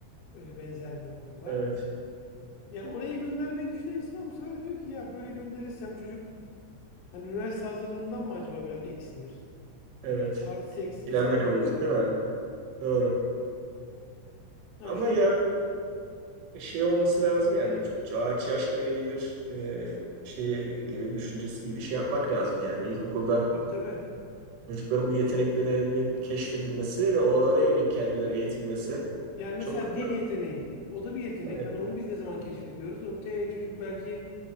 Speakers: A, on the left; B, on the right.
A: öyle benzer bir okul var.
B: Evet,
A: Yani oraya göndermeyi düşünen insan ama bu sefer de diyor ki ya böyle gönderirsem çocuk hani üniversite hazırlığından mı acaba biraz eksilir? Hani
B: evet.
A: artısı eksi
B: İkilemde
A: insan
B: kalıyorsun
A: düşünüyor yani.
B: değil mi? Doğru.
A: Ha
B: Ama
A: şunu
B: ya şey olması lazım yani küç- ağaç yaşken eğilir e, şeyi gibi düşüncesi gibi şey yapmak lazım yani ilkokulda
A: tabii tabii.
B: çocukların bu yeteneklerinin keşfedilmesi ve o alana yönelik kendilerine eğitilmesi
A: Yani mesela
B: çok güzel
A: dil yeteneği. O da bir yetenek.
B: tabii.
A: Hani onu biz ne zaman keşfediyoruz? O T çocuk belki